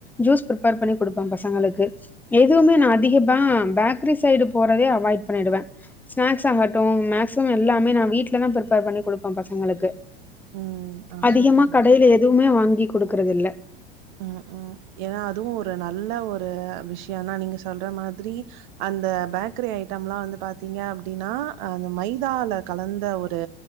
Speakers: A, in the centre; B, on the right.
A: ஜூஸ் பிரிப்பேர் பண்ணி குடுப்பே பசங்களுக்கு எதுமே நா அதிக தா பேக்கரி சைடு போறதே அவாய்ட் பண்ணிடுவே ஸ்நாக்ஸ் ஆகட்டு மேக்சிமம் எல்லாமே நா வீட்டலதா பிரிப்பேர் பண்ணி குடுப்பே பசங்களுக்கு
B: ம். ஆ
A: அதிகமா
B: சூப்பருங்க.
A: கடைல எதுமே வாங்கி குடுக்கறது இல்ல
B: ம் ம் ஏன்னா அதுவு ஒரு நல்ல ஒரு விஷயதா நீங்க சொல்ற மாதிரி அந்த பேக்கரி ஐட்டம்ல்லா வந்து பாத்தீங்க அப்டின்னா அந்த மைதால கலந்த ஒரு